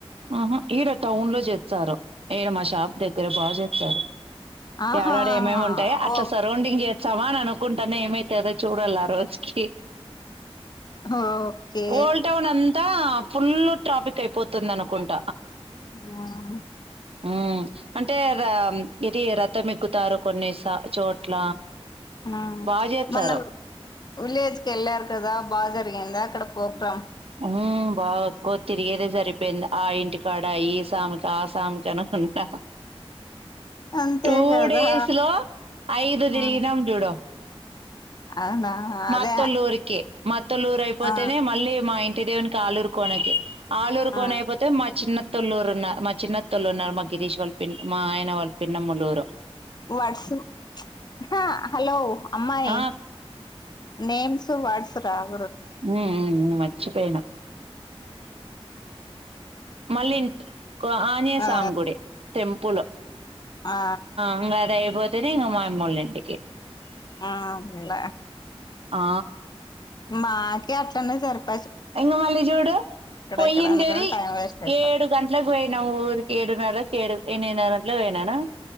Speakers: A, on the right; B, on the left.
A: ఆహా ఈయడ టౌన్ లో జేస్తారు ఈయడ మా షాప్ దగ్గర బాగా చేస్తారు
B: ఆహా
A: ఏడాడ ఏమేమి ఉంటాయి అట్లా
B: ఓ
A: సరౌండింగ్ సమాన్ అనుకుంటానే ఏమైతు అదో చూడాలి ఆ రోజు కి
B: ఓకే
A: ఓల్ టౌన్ అంతా ఫుల్ ట్రాఫిక్ అయిపోతుంది అను కొంట
B: ఆ
A: ఊ అంటే దాం ఎ ఇది రథం ఎక్కుతారు కొన్ని సా చోట్ల
B: ఆ
A: బాగా చేస్తారు
B: మన్న విలేజ్ కి వెళ్లారు కదా బాగా జరిగిందా అక్కడ ప్రోగ్రాం
A: ఊ బాగా క్కోవ్ తిరిగేదే సరిపోయింది ఆ ఇంటి కాడ ఈ స్వామికి ఆ స్వామికి అనుకుంటా
B: అంతే
A: టూ
B: కదా
A: డేస్ లో ఐదు తిరిగినం
B: ఆ
A: జూడు
B: అవునా
A: మాత్తల్లూరికి
B: అదే
A: మాత్తలూరు అయిపోతేనే
B: ఆ
A: మళ్ళీ మా ఇ ఎట్టదేవనికి ఆలురుకోనకి ఆలూరు
B: ఆ
A: కోన అయిపోతే మా చిన్న తొళ్లూరు ఉన్నా మా చిన్నత్తోల్లున్నారు మా గిరీష్ వాళ్ళ పిన్నికి మా ఆయన వాళ్ళ పిన్నమ్మళ్ళోరు
B: వర్డ్స్ హా హలో అమ్మాయి
A: ఆ
B: నేమ్స్ వ వాడ్స్ రావు
A: హ్మ్ ఉ మర్చిపోయనా మల్లింట్ ఆనే
B: ఆ
A: సామి
B: ఆ
A: గుడి టెంపుల్
B: ఆ ఆ
A: ఇంకదయిపోత్ తేనే మయమ్మాళ్ళింటికి
B: ఆ ఇంగ
A: ఆ
B: మాకి అట్లనే సరి ప్
A: ఇంక మళ్ళీ చూడు పొయ్యిండేది
B: ఇక్కడ అనుకుని టైం వేస్ట్ అయిపోతది
A: ఏడు గంట్లకు పోయిన ఊరికి ఏడున్నర ఏడు ఎన్మిది న్నర అట్ల పోయినానా